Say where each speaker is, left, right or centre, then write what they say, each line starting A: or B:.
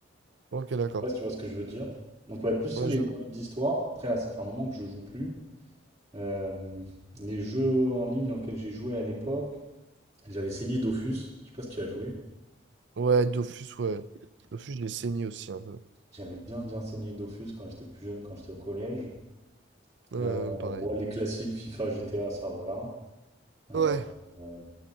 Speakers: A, on the right; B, on the right.
A: Ok, d'accord.
B: sais pas si tu vois ce que je veux dire. Donc ouais, plus
A: Ouais,
B: les
A: je...
B: modes d'histoire. Après, là, ça fait un moment que je joue plus. Euh, les jeux en ligne auxquels j'ai joué à l'époque, j'avais saigné Dofus. Je sais pas si tu as joué.
A: ouais, Dofus, ouais. Dofus, j'ai saigné aussi un peu.
B: J'avais bien bien saigné Dofus quand j'étais plus jeune, quand j'étais au collège.
A: Ouais,
B: Euh,
A: pareil.
B: bon, les classiques FIFA, GTA, ça voilà. Euh,
A: Ouais.
B: euh,